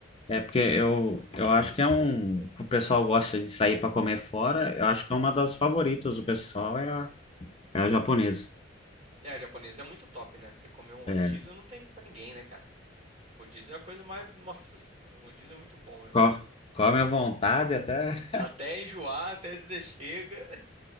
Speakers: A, on the left; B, on the right.
A: É porque
B: Porque-
A: eu, eu acho que é um que o pessoal gosta de sair para comer fora. Eu acho que é uma das favoritas do pessoal é a, é a japonesa.
B: É, a japonesa é muito top, né? Você comer um rodízio
A: É,
B: não tem pra ninguém, né, cara? Rodízio é a coisa mais. Nossa senhora, o rodízio é muito bom, velho.
A: co- come à vontade até.
B: Até enjoar, até dizer chega. <laughs>